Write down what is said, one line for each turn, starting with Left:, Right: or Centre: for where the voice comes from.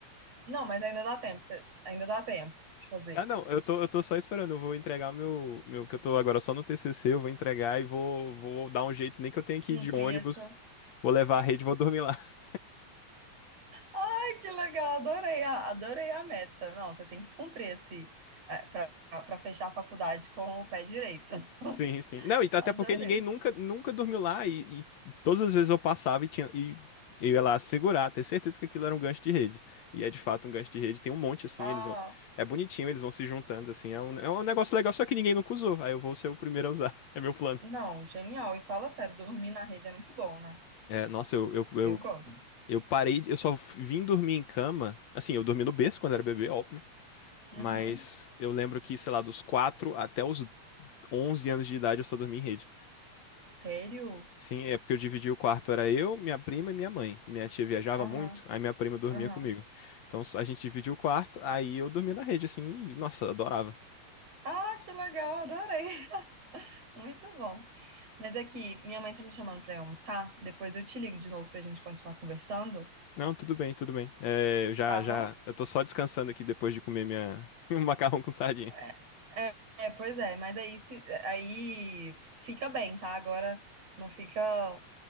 Right: Não, mas ainda dá tempo. você- Ainda dá tempo de fazer.
Left: Ah, não, eu tô, eu tô só esperando, eu vou entregar meu, meu, que eu tô agora só no TCC, eu vou entregar e vou, vou dar um jeito, nem que eu tenha que
Right: Cumprir
Left: ir de ônibus,
Right: essa.
Left: vou levar a rede e vou dormir lá. <laughs>
Right: Ai, que legal, adorei a, adorei a meta. Não, você tem que cumprir esse é, para para fechar a faculdade com o pé direito. <laughs>
Left: Sim, sim. Não, e tá-
Right: Adorei.
Left: até porque ninguém nunca, nunca dormiu lá e, e todas as vezes eu passava e tinha, e eu ia lá segurar, ter certeza que aquilo era um gancho de rede. E é de fato um gancho de rede, tem um monte assim,
Right: Ah,
Left: eles vão, é bonitinho, eles vão se juntando assim, é um, é um negócio legal, só que ninguém nunca usou, aí eu vou ser o primeiro a usar, <laughs> é meu plano.
Right: não, genial. E fala sério, dormir na rede é muito bom, né?
Left: É, nossa, eu, eu, eu
Right: Eu gosto.
Left: Eu parei, de- eu só vim dormir em cama. Assim, eu dormi no berço quando era bebê, óbvio.
Right: Uhum.
Left: Mas eu lembro que, sei lá, dos 4 até os 11 anos de idade eu só dormi em rede.
Right: Sério?
Left: Sim, é porque eu dividi o quarto, era eu, minha prima e minha mãe. Minha tia viajava
Right: Aham,
Left: muito, aí minha prima dormia
Right: aham.
Left: comigo. Então a gente dividia o quarto, aí eu dormia na rede, assim, e, nossa, adorava.
Right: Ah, que legal, adorei. <laughs> Muito bom. Mas é que minha mãe tá me chamando pra ir almoçar. Depois eu te ligo de novo pra gente continuar conversando,
Left: Não, tudo bem, tudo bem. É, eu já,
Right: tá bom?
Left: já, eu tô só descansando aqui depois de comer minha, <laughs> meu macarrão com sardinha.
Right: É, é, é, pois é, mas aí, se, aí fica bem, tá? Agora não fica.